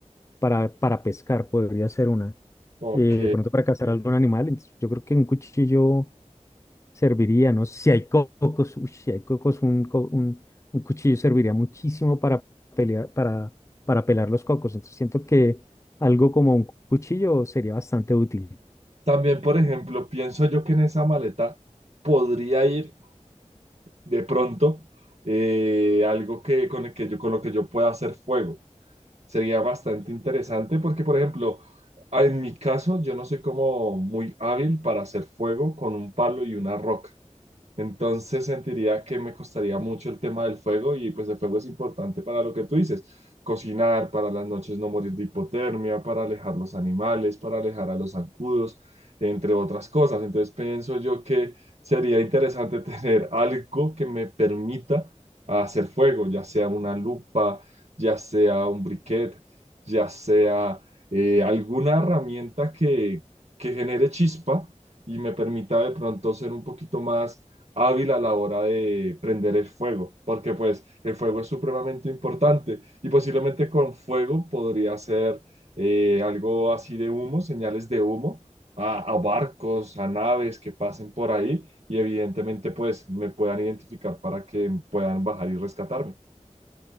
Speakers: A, on the left; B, on the right.
A: para, para pescar, podría ser una
B: Ok.
A: eh, de pronto para cazar algún animal. entonces, yo creo que un cuchillo Serviría, ¿no? Si hay cocos, uy, si hay cocos, un, co- un, un cuchillo serviría muchísimo para pelear, para, para pelar los cocos. Entonces siento que algo como un cuchillo sería bastante útil.
B: También, por ejemplo, pienso yo que en esa maleta podría ir de pronto eh, algo que, con el que yo, con lo que yo pueda hacer fuego. sería bastante interesante porque, por ejemplo, en mi caso, yo no soy como muy hábil para hacer fuego con un palo y una roca. Entonces sentiría que me costaría mucho el tema del fuego y pues el fuego es importante para lo que tú dices, cocinar, para las noches no morir de hipotermia, para alejar los animales, para alejar a los zancudos, entre otras cosas. Entonces pienso yo que sería interesante <laughs> tener algo que me permita hacer fuego, ya sea una lupa, ya sea un briquet, ya sea eh, alguna herramienta que, que genere chispa y me permita de pronto ser un poquito más hábil a la hora de prender el fuego, porque pues el fuego es supremamente importante y posiblemente con fuego podría ser eh, algo así de humo, señales de humo a, a barcos, a naves que pasen por ahí y evidentemente pues me puedan identificar para que puedan bajar y rescatarme.